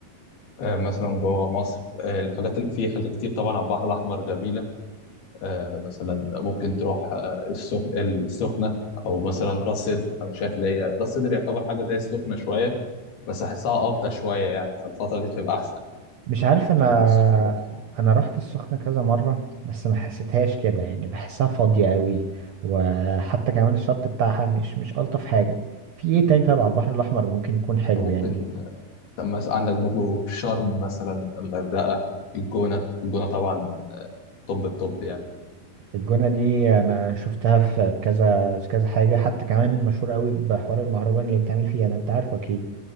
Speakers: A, on the left (about 85°); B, on the right (about 65°).
A: آه، مثلا جوه مصر آه، الحاجات اللي في حاجات كتير طبعا على البحر الاحمر جميله آه، مثلا ممكن تروح آه، السخ... السخنه او مثلا راس سدر انا شايف اللي هي راس سدر يعتبر حاجه زي السخنه شويه بس احسها افضل شويه يعني فالفتره دي بتبقى احسن
B: مش عارف انا
A: عشان السخنه برضه زحمه
B: انا رحت السخنة كذا مرة بس ما حسيتهاش كده يعني بحسها فاضية قوي وحتى كمان الشط بتاعها مش مش الطف حاجة في ايه تاني طبعا على البحر الاحمر ممكن يكون حلو
A: فممكن
B: يعني
A: طب مثلا عندك برضو شرم مثلا الغردقة الجونة الجونة طبعا طب الطب يعني
B: الجونة دي انا شفتها في كذا في كذا حاجة حتى كمان مشهور قوي بحوار المهرجان اللي بيتعمل فيها ده انت عارفه اكيد